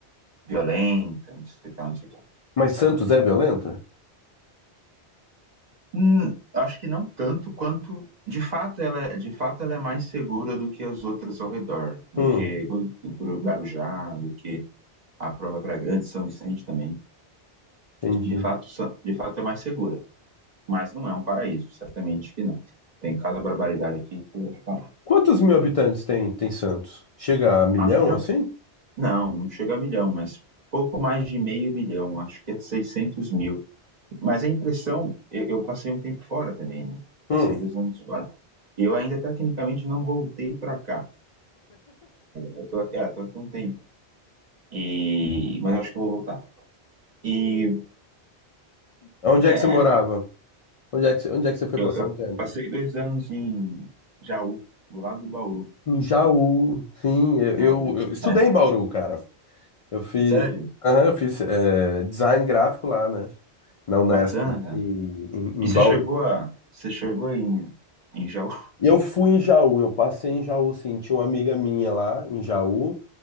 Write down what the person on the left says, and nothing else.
Mas Santos é violenta?
Hum,
entendi.
Quantos mil habitantes tem, tem Santos? Chega a milhão,
assim?
Hum.
Onde
é que você morava? Onde é que, você- onde é que você foi
passar
um tempo?
Em Jaú. Sim, eu,
eu- eu estudei
em Bauru, cara. Eu fiz,
aham, eu fiz eh, design gráfico lá, né? Na Unesp,
em,
em,
em
Bauru.
E Eu fui em Jaú, eu passei em Jaú, sim. Tinha uma amiga minha lá em Jaú.